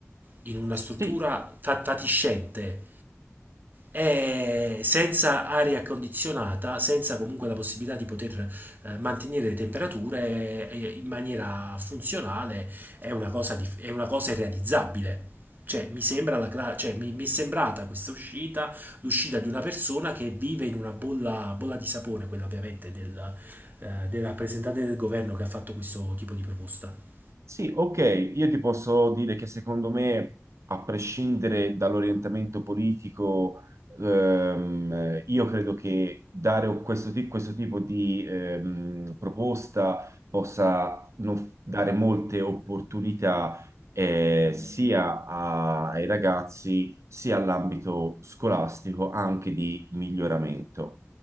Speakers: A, on the right (about 40°); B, on the right (about 70°).
A: in una
B: sì.
A: struttura fa- fatiscente e senza aria condizionata, senza comunque la possibilità di poter eh, mantenere le temperature eh, eh, in maniera funzionale, è una cosa, dif- è una cosa irrealizzabile. Cioè, mi sembra la cla- cioè, mi, mi è sembrata questa uscita l'uscita di una persona che vive in una bolla, bolla di sapone, quella ovviamente del, eh, del rappresentante del governo che ha fatto questo tipo di proposta.
B: Sì, ok, io ti posso dire che secondo me, a prescindere dall'orientamento politico, ehm, io credo che dare questo, ti- questo tipo di ehm, proposta possa non- dare molte opportunità eh, sia a- ai ragazzi sia all'ambito scolastico anche di miglioramento.